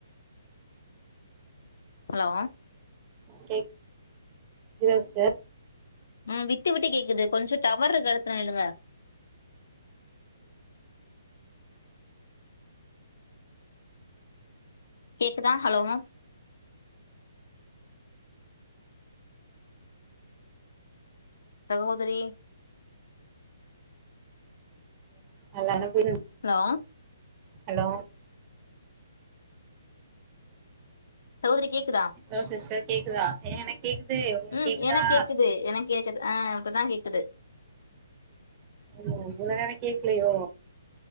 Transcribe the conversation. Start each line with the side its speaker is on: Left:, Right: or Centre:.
Left: ஹலோ
Right: கேக் துத சிஸ்டர்
Left: ம் விட்டு விட்டு கேக்குது கொஞ்சோ டவர் இர்க எடத்துல நில்லுங்க கேக்குதா ஹலோ மேம் சகோதிரி
Right: <unintelligible>
Left: ஹலோ
Right: ஹலோ
Left: சகோதிரி கேக்குதா
Right: ஹலோ சிஸ்டர் கேக்குதா ஆ எனக்கு கேக்குது உங்களுக்கு
Left: ம்
Right: கேக்குதா
Left: எனக்கு கேக்குது எனக்கு கேக்குது ஆ இப்பதா கேக்குது
Right: ம் இவ்ளோ நேரோ கேக்கலயோ